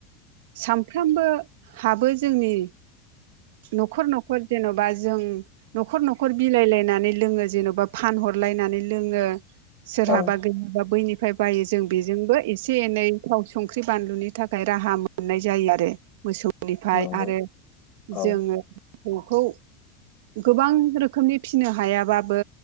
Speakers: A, on the right; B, on the left.
A: सामफ्रामबो हाबो जोंनि न'खर न'खर जेन'बा जों न'खर न'खर बिलायलायनानै लोङो जेन'बा फानहरलायनानै लोङो सोरहाबा
B: औ
A: गैयाबा बैनिफ्राय बायो जों बेजोंबो एसे एनै थाव संख्रि बानलुनि थाखाय राहा मोननाय जायो आरो मोसौ निफ्राय
B: नंगौ
A: आरो
B: औ
A: जोङो <inaudible> सौखौ गोबां रोखोमनि फिसिनो हायाबाबो